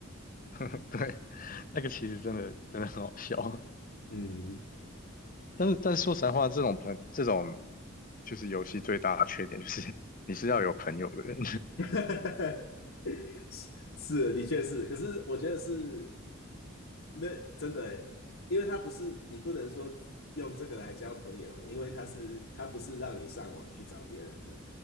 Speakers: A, on the left; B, on the left.
A: <laughs> 对，那个其实真的真的很好笑。
B: 嗯，
A: 但是但是说实在话，这种朋这种就是游戏最大的缺点就是 <laughs> 你是要有朋友的人，
B: <laughs> 是是，的确是。可是我觉得是那真的欸，因为它不是你不能说用这个来交朋友，因为它是它不是让你上网去找别人的，